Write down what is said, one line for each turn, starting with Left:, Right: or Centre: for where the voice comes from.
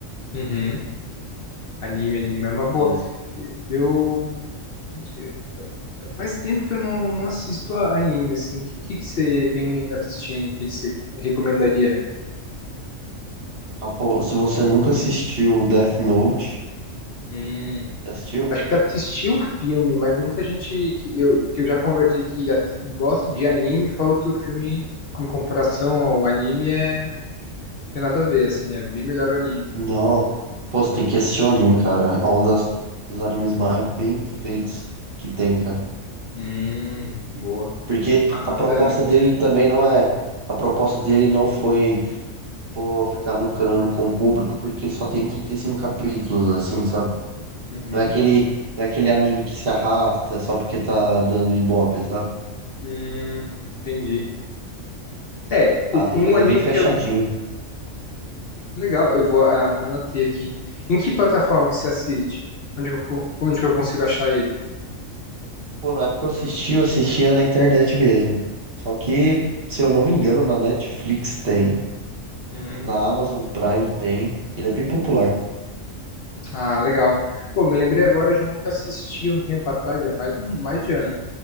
Left: Uhum. Anime, anime é uma boa.
Right: por exemplo.
Left: Eu, eu- faz tempo que eu não, não assisto a anime, assim. O que, que, que você vem assistindo? O que, que você recomendaria?
Right: Ah, pô, se você nunca assistiu Death Note,
Left: Hum.
Right: já assistiu?
Left: Acho que assisti o filme, mas muita gente que eu, que eu já conversei que assi- gosta de anime falou que o filme, em comparação ao anime, é, tem nada a ver, assim, é bem melhor o anime.
Right: Não. Pô, você tem que assistir o anime, cara. É um das, dos animes mais bem feitos que tem, cara.
Left: Hum, boa.
Right: Porque
Left: Anotando
Right: a proposta
Left: aqui.
Right: dele também não é. A proposta dele não foi, pô, ficar lucrando com o público, porque ele só tem 35 capítulos, assim, sabe?
Left: Uhum.
Right: Não é aquele, não é aquele anime que se arrasta só porque tá dando ibope, sabe?
Left: Hum, entendi. É, o-
Right: Aí
Left: um
Right: ele
Left: anime
Right: é bem fechadinho.
Left: que eu Legal, eu vou a- anotei aqui. Em que plataforma que você assiste? Onde que eu, co- onde que eu consigo achar ele?
Right: Pô, na época que eu assisti, eu assistia na internet mesmo. Só que, se eu não me engano, na Netflix tem,
Left: Hum,
Right: na Amazon Prime tem. Ele é bem popular.
Left: Ah, legal. Pô, me lembrei agora de um que eu assisti um tempo atrás, já faz um, mais de ano.